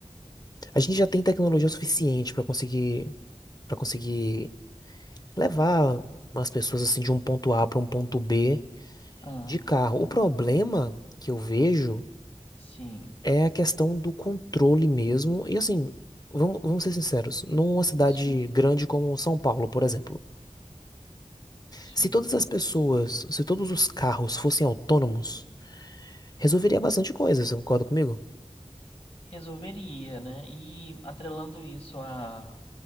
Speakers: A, on the left; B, on the left.
A: a gente já tem tecnologia suficiente para conseguir para conseguir levar as pessoas assim de um ponto A para um ponto B
B: Ah,
A: de carro. O problema que eu vejo
B: sim,
A: É a questão do controle mesmo. E assim, vamos, vamos ser sinceros, numa cidade
B: sim,
A: grande como São Paulo, por exemplo,
B: sim.
A: se todas as pessoas, se todos os carros fossem autônomos, resolveria bastante coisa, você concorda comigo?
B: Resolveria, né? E atrelando isso à,